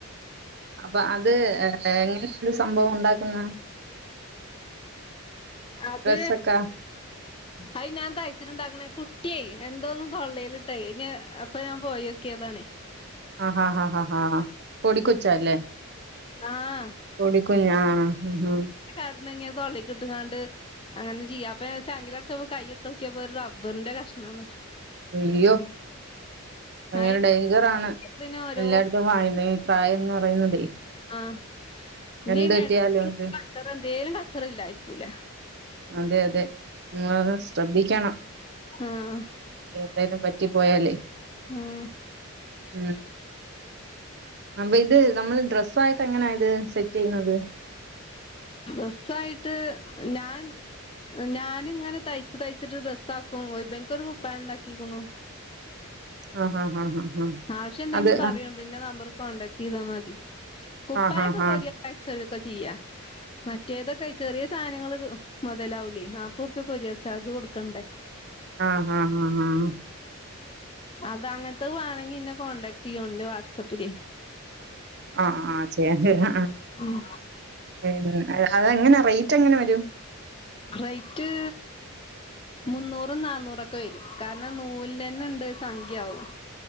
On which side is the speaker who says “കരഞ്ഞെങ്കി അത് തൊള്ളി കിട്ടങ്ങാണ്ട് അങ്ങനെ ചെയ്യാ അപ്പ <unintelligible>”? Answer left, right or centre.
Left